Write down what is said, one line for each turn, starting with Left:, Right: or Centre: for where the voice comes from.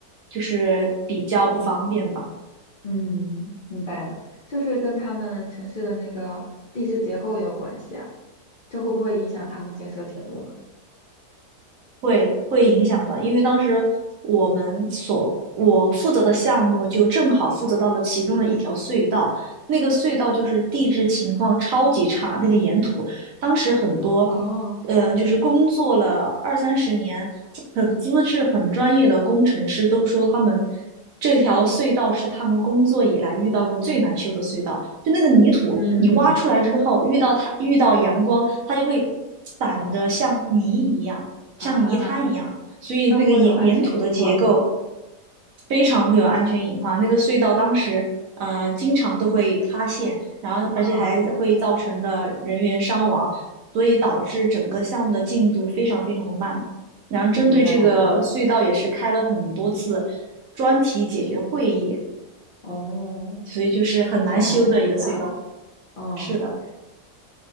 Right: 就是比较不方便吧。
Left: 嗯，明白了，就是跟他们城市的那个地质结构也有关系啊，这会不会影响他们建设铁路呢？
Right: 会会影响的，因为当时我们所我负责的项目就正好负责到了其中的一条隧道，那个隧道就是地质情况超级差，那个岩土，当时很多，
Left: 哦，
Right: 嗯、就是工作了二三十年，很资质很专业的工程师都说他们这条隧道是他们工作以来遇到过最难修的隧道，就那个泥土，
Left: 嗯，
Right: 你挖出来之后，遇到它遇到阳光，它就会散得像泥一样。
Left: 啊，
Right: 像泥滩一样，所以那个岩岩土的结构
Left: 那会有安全隐患吗？
Right: 非常会有安全隐患。那个隧道当时呃经常都会塌陷，然后而且还会造成的人员伤亡，
Left: 啊，
Right: 所以导致整个项目的进度非常非常的慢。然后针对这个隧道也是开了很多次
Left: 明白了，
Right: 专题解决会议，
Left: 哦，
Right: 所以就是很难修的一个隧道。
Left: 听起来很复杂，嗯。
Right: 是的。